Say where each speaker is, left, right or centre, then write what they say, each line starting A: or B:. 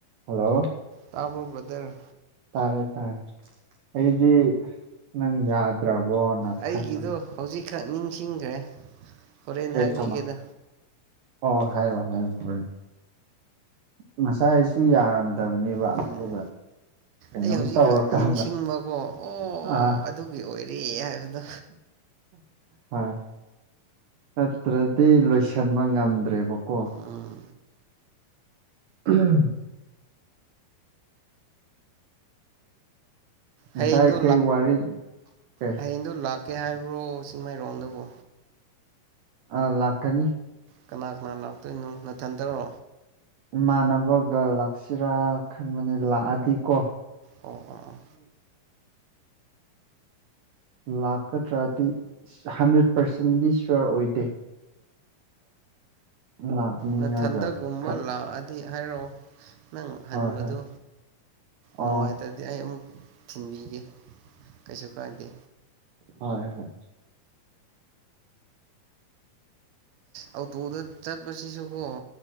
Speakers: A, on the right; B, on the right.
A: Hello
B: ꯇꯥꯕꯕꯗꯔ
A: ꯇꯥꯔꯦ ꯇꯥꯔꯦ ꯑꯩꯗꯤ ꯅꯪ ꯌꯥꯗ꯭ꯔꯕꯣꯅ
B: ꯑꯩꯒꯤꯗꯣ
A: ꯈꯟꯕ
B: ꯍꯧꯖꯤꯛꯈꯛ ꯅꯤꯡꯁꯤꯡꯈ꯭ꯔꯦ ꯍꯣꯔꯦꯟ
A: ꯀꯩ
B: ꯍꯥꯏꯕꯤꯒꯦꯗ
A: ꯀꯃ ꯑꯣ ꯍꯥꯏꯔꯣ ꯍꯥꯏꯔꯣ ꯍꯣꯔꯦꯟ ꯉꯁꯥꯏ ꯑꯩꯁꯨ ꯌꯥꯔꯝꯗꯕꯅꯦꯕ
B: ꯎꯝ
A: ꯑꯗꯨꯒ ꯀꯩꯅꯣꯝ
B: ꯑꯩ ꯍꯧꯖꯤꯛꯈꯛ
A: ꯇꯧꯔꯀꯥꯟꯗ
B: ꯅꯤꯡꯁꯤꯡꯕꯀꯣ ꯑꯣ
A: ꯑꯥ
B: ꯑꯗꯨꯒꯤ ꯑꯣꯏꯔꯦ ꯍꯥꯏꯕꯗꯣ
A: ꯍꯣꯏ ꯅꯠꯇ꯭ꯔꯗꯤ ꯂꯣꯏꯁꯤꯟꯕ ꯉꯝꯗ꯭ꯔꯦꯕꯀꯣ
B: ꯑꯥ
A: ꯎꯝ ꯉꯁꯥꯏ
B: ꯍꯌꯦꯡꯗꯣ
A: ꯀꯩ ꯋꯥꯔꯤ ꯀꯩ
B: ꯍꯌꯦꯡꯗꯣ ꯂꯥꯛꯀꯦ ꯍꯥꯏꯕ꯭ꯔꯣ ꯆꯤꯡꯃꯥꯏꯔꯣꯡꯗꯕꯨ
A: ꯑ ꯂꯥꯛꯀꯅꯤ
B: ꯀꯅꯥ ꯀꯅꯥ ꯂꯥꯛꯇꯣꯏꯅꯣ ꯅꯊꯟꯗꯔꯣ
A: ꯏꯃꯥꯟꯅꯕꯒ ꯂꯥꯛꯁꯤꯔꯥ ꯈꯟꯕꯅꯤ ꯂꯥꯛꯑꯗꯤ ꯀꯣ
B: ꯑꯣ ꯑꯥ ꯑꯥ
A: ꯂꯥꯛꯀꯗ꯭ꯔꯗꯤ ꯍꯟꯗ꯭ꯔꯦꯠ ꯄꯥꯔꯁꯦꯟꯗꯤ ꯁꯌꯣꯔ ꯑꯣꯏꯗꯦ ꯂꯥꯛꯅꯤꯡꯉꯒ
B: ꯃꯊꯟꯗꯒꯨꯝꯕ
A: ꯈꯔ
B: ꯂꯥꯛꯑꯗꯤ ꯍꯥꯏꯔꯛꯑꯣ ꯅꯪ ꯍꯟꯕꯗꯨ
A: ꯍꯣꯏ ꯍꯣꯏ
B: ꯅꯨꯡꯉꯥꯏ
A: ꯑꯣ
B: ꯑꯗꯨꯗꯤ ꯑꯩ ꯑꯃꯨꯛ ꯊꯤꯟꯕꯤꯒꯦ ꯀꯩꯁꯨ ꯀꯥꯏꯗꯦ
A: ꯍ ꯍꯣꯏ
B: ꯑꯣꯇꯣꯗ ꯆꯠꯄꯁꯤꯁꯨꯀꯣ